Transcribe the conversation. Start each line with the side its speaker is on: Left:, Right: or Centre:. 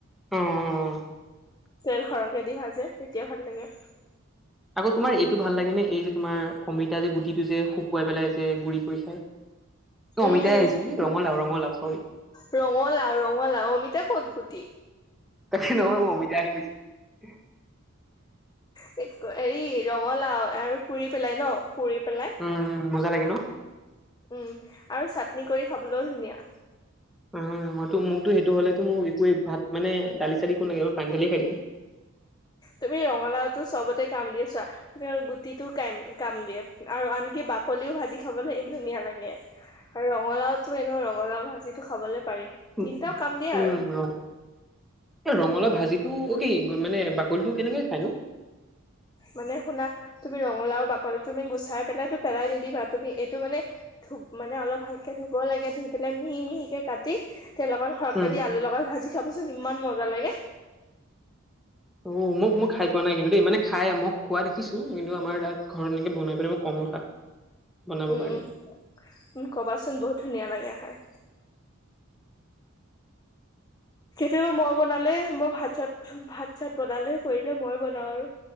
Centre: অ'।
Left: তেল সৰকে দি ভাজে তেতিয়া ভাল লাগে।
Centre: আকৌ তোমাৰ এইটো ভাল লাগে নে এই যে তোমাৰ অমিতা যে গুটিটো যে শুকুৱাই পেলাই যে গুৰি কৰি খাই। ত অমিতাই
Left: উম
Centre: আহিছে কি ৰঙালাও ৰঙালাও চৰি।
Left: ৰঙালাও ৰঙালাও, অমিতা কত গুটি
Centre: তাকে নহয় মোৰ অমিতা আহি গৈছে।
Left: হেৰি ৰঙালাও আৰু পুৰি পেলাই ন পুৰি পেলাই।
Centre: উম মজা লাগে ন?
Left: উম আৰু চাটনি কৰি খাবলৈও ধুনীয়া।
Centre: অ মইো মোকতো সেইটো হ'লেতো মোক একোৱেই ভাত মানে দালি চালি কোন লাগে মই পানী দালিয়ে খাই দিও।
Left: তুমি ৰঙালাওটো চবতে কাম দিয়ে চোৱা, তুমি গুটিটো কাম-কাম দিয়ে, আৰু আনকি বাকলি লিও ভাজি খাবলে ইমান ধুনীয়া লাগে, আৰু ৰঙালাওটো এনেও ৰঙালাও ভাজিটো খাবলৈ পাৰি
Centre: উম,
Left: তিনটাও কাম দিয়ে আৰু
Centre: ৰঙ এই ৰঙলাও ভাজ যিটো অ' কি মানে বাকলিটো কেনেকৈ খায়নো?
Left: মানে শুনা তুমি ৰঙালাও বাকলি তুমি গুচাই পেলাইতো পেলাই নিদিবা, তুমি এইটো মানে ধু মানে অলপ ভালকে ধুব লাগে ধুই পেলাই মিহি মিহিকে কাটি তেল লগত সৰহকৈ
Centre: উম,
Left: দি আলু লগত ভাজি খাবচোন ইমান মজা লাগে।
Centre: অ' মোক মই খাই পোৱা নাই কিন্তু দেই মানে খাই মই খোৱা দেখিছো কিন্তু আমাৰ তাত ঘৰত এনেকে বনাই পিাই মোক কম ৰখা বনাব
Left: উম
Centre: কাৰণে।
Left: উ উম, কবাচোন বহুত ধুনীয়া লাগে হয়।
Centre: <inaudible>
Left: কেতিয়াবা মই বনালে মই ভাত চাত ভাত চাত বনালে কৰিলে মই বনাওঁ আৰু।